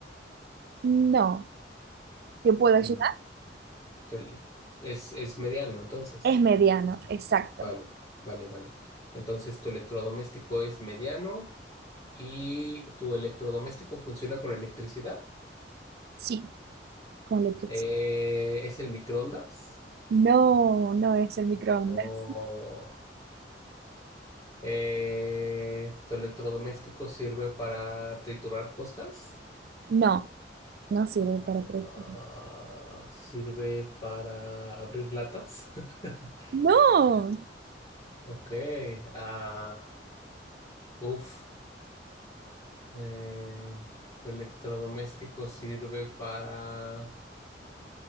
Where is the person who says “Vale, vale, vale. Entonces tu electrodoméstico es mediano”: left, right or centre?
Left